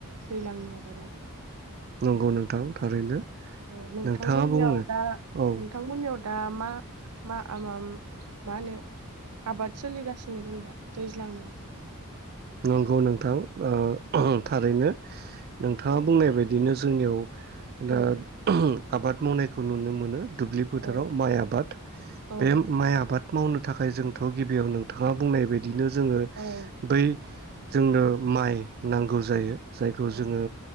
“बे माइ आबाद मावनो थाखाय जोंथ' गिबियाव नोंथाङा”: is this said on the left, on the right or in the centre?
Right